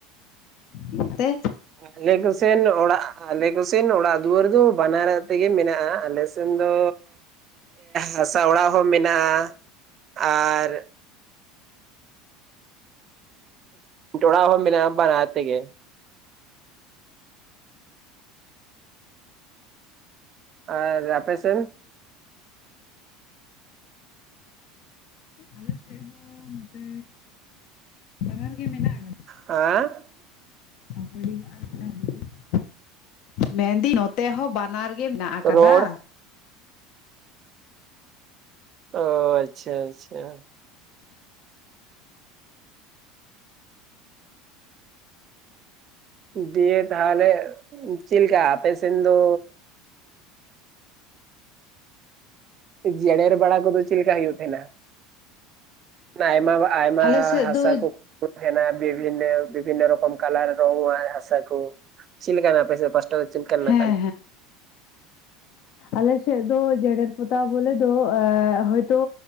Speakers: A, on the left; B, on the right.
A: ᱪᱤᱜ ᱛᱮ?
B: ᱟᱞᱮ ᱠᱚᱥᱮᱱ ᱚᱲᱟᱜ ᱟᱞᱮ ᱠᱚᱥᱮᱱ ᱚᱲᱟᱜ ᱫᱩᱣᱟᱹᱨ ᱫᱚ ᱵᱟᱱᱟᱨ ᱛᱮᱜᱮ ᱢᱮᱱᱟᱜ-ᱟ ᱟᱞᱮᱥ ᱥᱮᱱ ᱫᱚ ᱦᱟᱥᱟ ᱚᱲᱟᱜ ᱦᱚᱸ ᱢᱮᱱᱟᱜ-ᱟ ᱟᱨ ᱡᱚᱲᱟᱣ ᱦᱚ ᱢᱮᱱᱟᱜ-ᱟ ᱵᱟᱱᱟᱨ ᱛᱮ ᱜᱮ ᱟᱨ ᱨᱯᱮᱥᱮᱱ?
A: ᱟᱞᱮ ᱥᱮᱫ ᱦᱚᱸ ᱱᱚᱛᱮ ᱵᱟᱱᱟᱨ ᱜᱮ ᱢᱮᱱᱟᱜ ᱟᱠᱟᱫᱟ
B: ᱦᱟ
A: <unintelligible> ᱢᱮᱱᱫᱤᱧ ᱱᱚᱛᱮ ᱦᱚᱸ ᱵᱟᱱᱟᱨ ᱜᱮ ᱢᱮᱱᱟᱜ ᱟᱠᱟᱫᱟ᱾
B: ᱨᱚᱲ ᱚ ᱟᱪᱪᱷᱟ ᱟᱪᱪᱷᱟ ᱫᱤᱭᱮ ᱛᱟᱦᱚᱞᱮ ᱪᱮᱫ ᱞᱮᱠᱟ ᱟᱯᱮ ᱥᱮᱱ ᱫᱚ ᱡᱮᱲᱮ ᱨᱮ ᱵᱟᱲᱟ ᱠᱚᱫᱚᱮ ᱪᱮᱫ ᱞᱮᱠᱟᱠᱟ ᱦᱳᱭᱳᱜ ᱛᱚᱦᱮᱱᱟ? ᱟᱭᱢᱟ ᱟᱭᱢᱟ
A: ᱟᱞᱮ ᱥᱮᱫ
B: ᱦᱟᱥᱟ
A: ᱫᱚ
B: ᱠᱚ ᱠᱚ ᱛᱟᱦᱮ ᱵᱤᱵᱷᱤᱱ ᱱᱚ ᱵᱤᱵᱷᱤᱱᱱᱚ ᱨᱚᱠᱚᱢ ᱠᱟᱞᱟᱨ ᱨᱚᱝ ᱟᱱ ᱦᱟᱥᱟ ᱠᱚ ᱪᱮᱫ ᱞᱮᱠᱟᱱᱟᱜ ᱟᱯᱮ ᱥᱮᱫ ᱯᱟᱥ ᱴᱟ ᱫᱚ ᱪᱮᱫᱞᱮᱠᱟᱱᱟ
A: ᱦᱮᱸ
B: ᱠᱟᱱ
A: ᱟᱞᱮᱥᱮᱫ ᱫᱚ ᱡᱮᱨᱮᱲ ᱯᱚᱛᱟᱣ ᱵᱚᱞᱮᱫ ᱫᱚ ᱦᱚᱳᱭᱛᱳ